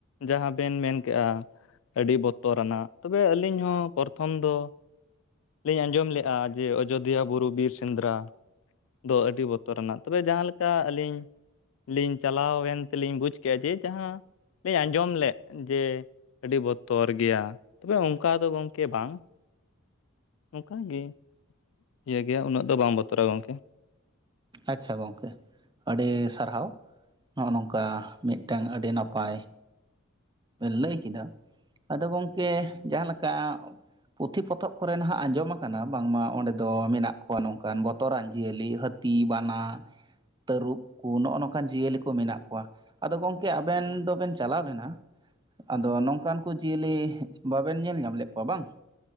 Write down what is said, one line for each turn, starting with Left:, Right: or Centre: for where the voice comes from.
Left: ᱡᱟᱦᱟᱸ ᱵᱤᱱ ᱢᱮᱱ ᱠᱮᱜᱼᱟ ᱟᱹᱰᱤ ᱵᱚᱛᱚᱨᱟᱱᱟᱜ ᱛᱚᱵᱮ ᱟᱹᱞᱤᱧ ᱦᱚᱸ ᱯᱚᱨᱛᱷᱚᱢ ᱫᱚ ᱞᱤᱧ ᱟᱸᱡᱚᱢ ᱞᱮᱫᱼᱟ ᱡᱮ ᱟᱡᱳᱫᱤᱭᱟᱹ ᱵᱩᱨᱩ ᱵᱤᱨ ᱥᱮᱸᱫᱽᱨᱟ ᱫᱚ ᱟᱹᱰᱤ ᱵᱚᱛᱚᱨᱟᱱᱟᱜ ᱛᱚᱵᱮ ᱡᱟᱦᱟᱸ ᱞᱮᱠᱟ ᱟᱹᱞᱤᱧ ᱞᱤᱧ ᱪᱟᱞᱟᱣᱮᱱ ᱛᱮᱞᱤᱧ ᱵᱩᱡᱽ ᱠᱮ ᱡᱮ ᱡᱟᱦᱟᱸ ᱞᱤᱧ ᱟᱸᱡᱚᱢ ᱞᱮᱫ ᱡᱮ ᱟᱹᱰᱤ ᱵᱚᱛᱚᱨ ᱜᱮᱭᱟ ᱛᱚᱵᱮ ᱚᱱᱠᱟ ᱫᱚ ᱜᱚᱢᱠᱮ ᱵᱟᱝ ᱚᱱᱠᱟᱜᱮ ᱤᱭᱟᱹ ᱜᱮᱭᱟ ᱩᱱᱟᱹᱜ ᱫᱚ ᱵᱟᱝ ᱵᱚᱛᱚᱨᱟ ᱜᱚᱢᱠᱮ
Right: ᱟᱪᱪᱷᱟ ᱜᱚᱝᱠᱮ ᱟᱹᱰᱤ ᱥᱟᱨᱦᱟᱣ ᱱᱚᱜᱼᱚᱭ ᱱᱚᱝᱠᱟ ᱢᱤᱫᱴᱟᱝ ᱟᱹᱰᱤ ᱱᱟᱯᱟᱭ ᱵᱤᱱ ᱞᱟᱹᱭ ᱠᱮᱫᱟ ᱟᱫᱚ ᱜᱚᱢᱠᱮ ᱡᱟᱦᱟᱸᱮᱠᱟ ᱯᱩᱛᱷᱤ ᱯᱚᱛᱚᱵ ᱠᱚᱨᱮ ᱱᱟᱦᱟᱜ ᱟᱸᱡᱚᱢ ᱟᱠᱟᱱᱟ ᱵᱟᱝᱢᱟ ᱚᱸᱰᱮ ᱫᱚ ᱢᱮᱱᱟᱜ ᱠᱚ ᱱᱚ ᱱᱚᱝᱠᱟᱱ ᱵᱚᱛᱚᱨᱟᱱ ᱡᱤᱭᱟᱹᱞᱤ ᱦᱟᱹᱛᱤ ᱵᱟᱱᱟ ᱛᱟᱹᱨᱩᱵ ᱠᱚ ᱱᱚᱜᱼᱚ ᱱᱚᱝᱠᱟ ᱚᱱᱠᱟᱱ ᱡᱤᱭᱟᱹᱞᱤ ᱠᱚ ᱢᱮᱱᱟᱜ ᱠᱚᱣᱟ, ᱟᱫᱚ ᱜᱚᱢᱠᱮ ᱟᱵᱮᱱ ᱫᱚᱵᱮᱱ ᱪᱟᱞᱟᱣ ᱞᱮᱱᱟ? ᱟᱫᱚ ᱱᱚᱝᱠᱟᱱ ᱠᱚ ᱡᱤᱭᱟᱹᱞᱤ ᱵᱟᱹᱵᱤᱱ ᱧᱮᱞ ᱧᱟᱢ ᱞᱮᱫ ᱠᱚᱣᱟ ᱵᱟᱝ?